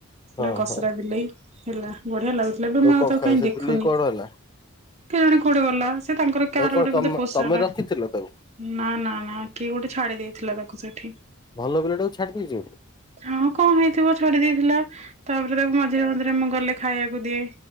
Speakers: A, on the right; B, on the left.
A: ପୁରା
B: ହଁ
A: କସରା
B: ହଁ
A: ବିଲେଇ। ହେଲା ବଢିଆ ଲାଗୁ ଏବେ ମୁଁ ଆଉ
B: କଣ
A: ତାକୁ
B: ଖା
A: କାହିଁ
B: ସେ
A: ଦେଖୁନି
B: ବିଲେଇ କଣ ହେଲା?
A: କେଜାଣି କୁଆଡ଼େ ଗଲା ସେ ତାଙ୍କର
B: ତାକୁ
A: କାର
B: କଣ
A: ଗୋଟେ
B: ତମ
A: ବୋଧେ ସାଟା
B: ତମେ ରଖିଥିଲ ତାକୁ
A: ନା ନା ନା କିଏ ଗୋଟେ ଛାଡି ଦେଇଥିଲା ତାକୁ ସେଠି।
B: ଭଲ ବିଲେଇଟାକୁ ଛାଡ଼ିଦେଇଚି।
A: ହଁ କଣ ହେଇଥିବ ଛାଡ଼ି ଦେଇେଇଥିଲା ତାପରେ ତାକୁ ମଝିରେ ମଝିରେ ମୁଁ ଗଲେ ଖାଇବାକୁ ଦିଏ